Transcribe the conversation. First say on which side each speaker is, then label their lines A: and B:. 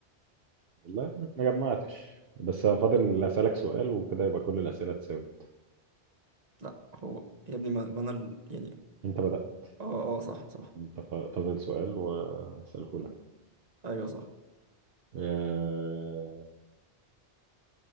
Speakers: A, on the right; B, on the right.
A: والله ما جمعتش بس فاضل أسألك سؤال وكده يبقى كل الأسئلة اتساوت
B: لا هو يا ابني ما ما انا ال- يعني
A: انت بدأت
B: اه اه صح صح
A: انت فا- فاضل سؤال وأسأله لك
B: ايوه صح
A: آه...